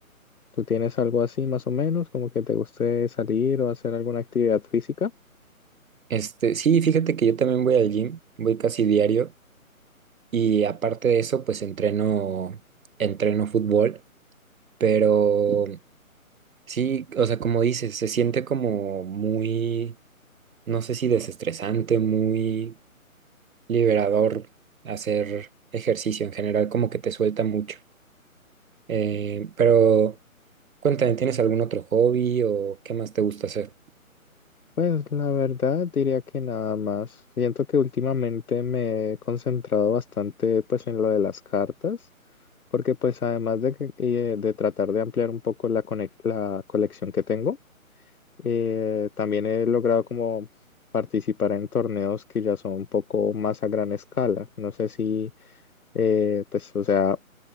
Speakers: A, on the left; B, on the right.
A: ¿Tú tienes algo así más o menos como que te guste salir o hacer alguna actividad física?
B: Este, sí, fíjate que yo también voy al gym, voy casi diario. Y aparte de eso, pues entreno, entreno fútbol. Pero Sí, o sea, como dices, se siente como muy, no sé si desestresante, muy liberador hacer ejercicio en general, como que te suelta mucho. Eh, pero cuéntame, ¿tienes algún otro hobby o qué más te gusta hacer?
A: Pues la verdad diría que nada más. Siento que últimamente me he concentrado bastante pues en lo de las cartas. porque pues además de, que- eh, de tratar de ampliar un poco la, conex- la colección que tengo, eh, también he logrado como participar en torneos que ya son un poco más a gran escala. No sé si, eh, pues, o sea,